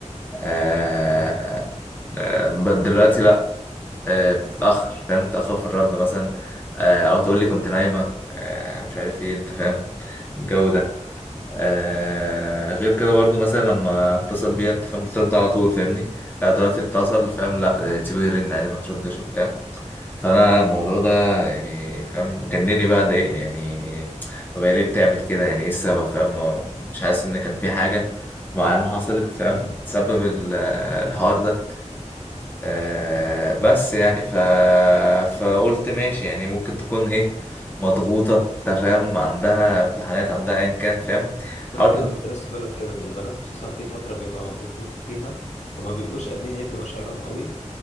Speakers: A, on the left; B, on the left.
A: آه
B: مم.
A: آه، آه، دلوقتي لأ آه، بتتأخر فاهم تأخر في الرد مثلا آه، أو تقول لي كنت نايمة آه، مش عارف ايه انت فاهم الجو ده آه، غير كده برضو مثلا لما اتصل بيها انت فاهم بترد على طول فاهمني لا دلوقتي اتصل فاهم لا آه، تسيبه يرن يعني ما تردش وبتاع فأنا الموضوع ده يعني فاهم جنني بقى ضايقني يعني طب هي ليه بتعمل كده يعني ايه السبب فاهم هو مش حاسس ان كان في حاجة معينة حصلت فاهم تسبب ال- الحوار ده آه بس يعني ف... فقلت ماشي يعني ممكن تكون ايه مضغوطة انت فاهم عندها امتحانات عندها ايا كان فاهم حاولت
B: بالظبط
A: إن-
B: انا كنت لسه بقول لك كده ان البنات خصوصا في فتره بيبقى مضغوطين فيها فما بيبقوش قادرين يدوا مشاعرهم قوي